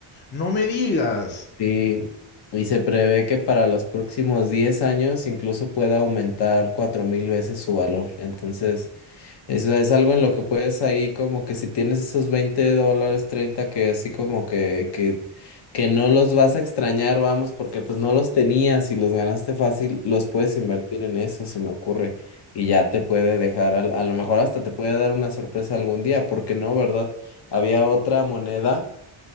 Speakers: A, on the left; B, on the left.
A: No me digas.
B: Sí, y se prevé que para los próximos 10 años incluso pueda aumentar 4.000 veces su valor. Entonces, eso es algo en lo que puedes ahí como que si tienes esos 20 dólares, 30 que así como que, que, que no los vas a extrañar, vamos, porque pues no los tenías y los ganaste fácil, los puedes invertir en eso, se me ocurre. Y ya te puede dejar, al- a lo mejor hasta te puede dar una sorpresa algún día, porque no, ¿verdad? Había otra moneda